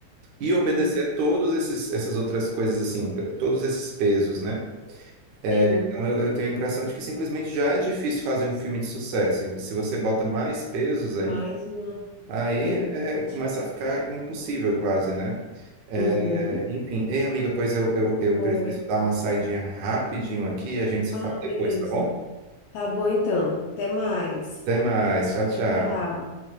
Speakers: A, on the left; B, on the right.
A: Uhum.
B: e obedecer todos esses essas outras coisas assim, todos esses pesos, né? É,
A: Sim,
B: Então, eu, eu tenho a impressão de que simplesmente já é difícil fazer um filme de sucesso. E Se você bota mais pesos ainda,
A: mais uma.
B: aí
A: É, verdade.
B: é, começa a ficar impossível quase, né? É,
A: Uhum.
B: enfim, ei, amiga, pois eu, eu, eu
A: Oi.
B: preciso dar uma saidinha rapidinho aqui e a gente se
A: Ah,
B: fala
A: beleza.
B: depois, tá bom?
A: Tá bom então. Até mais.
B: Até mais, tchau, tchau.
A: Tchau.